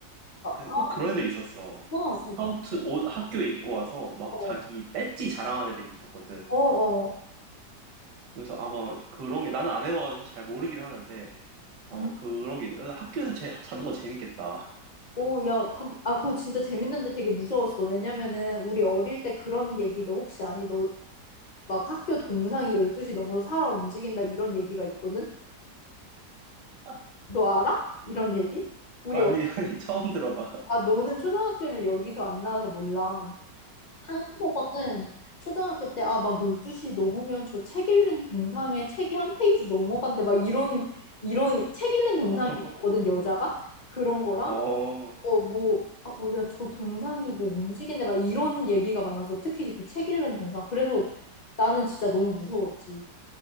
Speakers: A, on the left; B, on the right.
A: 아, 아,
B: 그, 꼭 그런 애들이 있었어.
A: 와,
B: 스카우트
A: 대박. 응.
B: 옷 학교에 입고 와서 막
A: 어,
B: 자기 배지 자랑하는 애들이 있었거든.
A: 어, 어.
B: 그래서 아마 그런 게 나는 안 해봐가지고 사실 잘 모르긴 하는데 아마
A: 음.
B: 그런 게 학교에서 제, 자는 거 재밌겠다.
A: 오, 야, 그, 아, 그거 진짜 재밌는데 되게 무서웠어. 왜냐면은 우리 어릴 때 그런 얘기 너 혹시 아니? 너 막 학교 동상이 12시 넘어서 살아 움직인다 이런 얘기가 있거든?
B: <laughs>
A: 너 알아? 이런 얘기? 우리,
B: 아니,
A: 어-
B: 아니, 처음 들어봐.
A: 아, 너는 초등학교를 여기서 안 나와서 몰라. 한국에서는 초등학교 때, 아, 막 12시 넘으면 저 책 읽는 동상에 책이 한 페이지 넘어간대. 막 이런, 이런 책 읽는 동상이
B: <laughs>
A: 있거든, 여자가? 그런 거랑
B: 어, 어.
A: 어, 뭐, 아, 뭐, 야, 저 동상이 뭐 움직인데 막 이런 얘기가 많아서 특히 그 책 읽는 동상. 그래서 나는 진짜 너무 무서웠지.